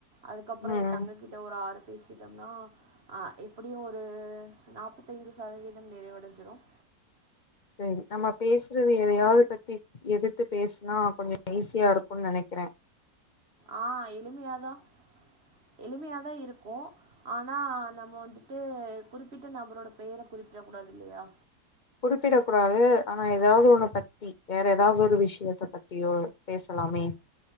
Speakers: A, on the right; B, on the left.
A: அதுகப்புறம்
B: ம்
A: என் தங்ககிட்ட ஒரு ஆறு பேசிட்டம்னா அஹ எப்படியும் ஒரு நாப்பத்தைந்து சதவீதம் நிறைவடைஞ்சிரும்
B: சரி நம்ம பேசுறது எதையாவது பத்தி எடுத்து பேசனா கொஞ்சம் ஈஸியா இருக்கும்னு நினைக்கிறேன்
A: ஆ எளிமையாதான் எளிமையாதான் இருக்கும் ஆனா நம்ம வந்துட்டு குறிப்பிட்ட நபரோட பெயர குறிப்பிட கூடாது இல்லையா
B: குறிப்பிடக் கூடாது ஆனா ஏதாவது ஒண்ண பத்தி வேற ஏதாவது ஒரு விஷ்யத்த பத்தியோ பேசலாமே